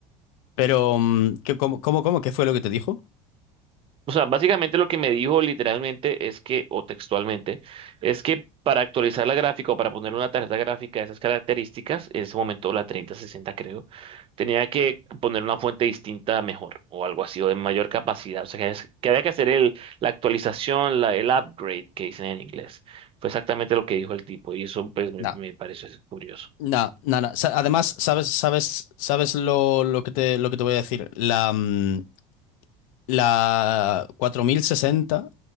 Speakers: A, on the left; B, on the right.
A: Pero mm, ¿qué- cómo, cómo, cómo? ¿Qué fue lo que te dijo?
B: O sea, básicamente lo que me dijo literalmente es que, o textualmente, es que para actualizar la gráfica o para poner una tarjeta gráfica de esas características, en ese momento la treinta sesenta creo, tenía que poner una fuente distinta mejor o algo así o de mayor capacidad. O sea, que, es- que había que hacer el, la actualización, la, el upgrade que dicen en inglés. Fue exactamente lo que dijo el tipo y eso pues me,
A: No,
B: me pareció curioso.
A: no, no, no. Sa- Además, sabes, sabes, sabes lo, lo que te lo que te voy a decir. La mm, la 4060